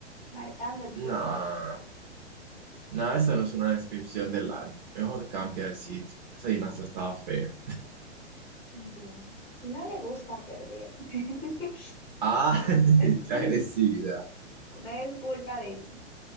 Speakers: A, in the centre; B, on the right (about 40°).
A: marcando el
B: No,
A: pulso de la que somos.
B: no, esa no es una descripción del alma. Mejor cambia de sitio. Esa adivinanza estaba fea.
A: Bueno, si no le gusta perder, <laughs>
B: Ah,
A: bueno,
B: <laughs>
A: <laughs>
B: qué agresividad.
A: no es culpa del,